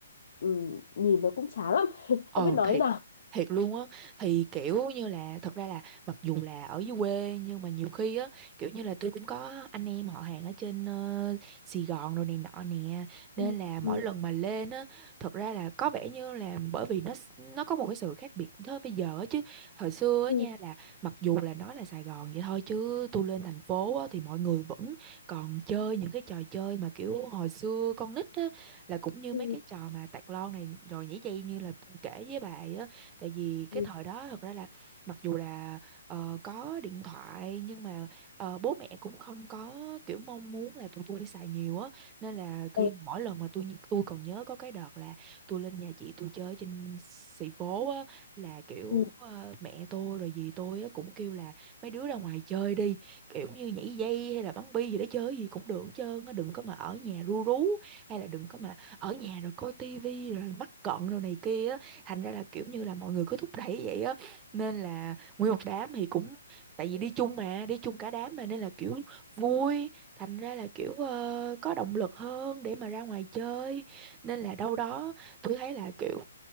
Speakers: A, on the left; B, on the right.
A: ừ, nhìn nó cũng chán lắm <laughs>
B: Ờ
A: không biết nói
B: thiệt
A: như nào
B: thiệt luôn á thì kiểu như là thật ra là mặc dù là ở dưới quê nhưng mà nhiều khi á kiểu như là tôi cũng có anh em họ hàng ở trên ờ, Sài Gòn rồi này nọ nè nên
A: ừ,
B: là mỗi
A: ừ,
B: lần mà lên á thật ra là có vẻ như là bởi vì nó s- nó có một cái sự khác biệt thôi bây giờ á chứ hồi xưa á
A: ừ,
B: nha là mặc dù là nói là Sài Gòn vậy thôi chứ tôi lên thành phố á thì mọi người vẫn còn chơi những cái trò chơi mà kiểu hồi xưa con nít á là cũng như
A: ừ,
B: mấy cái trò mà tạt lon này rồi nhảy dây như là tôi kể với bà ấy á tại vì cái
A: ừ,
B: thời đó thật ra là mặc dù là ờ, có điện thoại nhưng mà ờ, bố mẹ cũng không có kiểu mong muốn là tụi tôi đi xài nhiều á nên là khi
A: ờ,
B: mỗi lần mà tôi tôi còn nhớ có cái đợt là tôi lên nhà chị tôi chơi trên xì phố á là kiểu
A: ừ,
B: ờ, mẹ tôi rồi dì tôi á cũng kêu là mấy đứa ra ngoài chơi đi kiểu như nhảy dây hay là bắn bi gì đó chơi gì cũng được hết trơn á đừng có mà ở nhà ru rú hay là đừng có mà ở nhà rồi coi tivi rồi mắc cận rồi này kia á thành ra là kiểu như là mọi người cứ thúc đẩy vậy á nên là nguyên một đám thì cũng tại vì đi chung mà đi chung cả đám mà nên là kiểu vui thành ra là kiểu ờ, có động lực hơn để mà ra ngoài chơi nên là đâu đó tôi thấy là kiểu